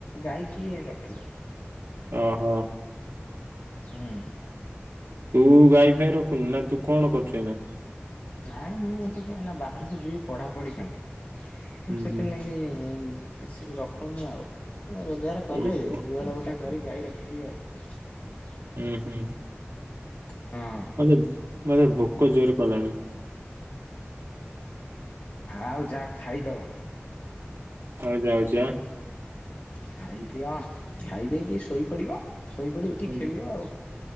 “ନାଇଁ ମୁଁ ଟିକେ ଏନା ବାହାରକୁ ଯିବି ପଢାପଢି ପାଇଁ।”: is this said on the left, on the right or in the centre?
Left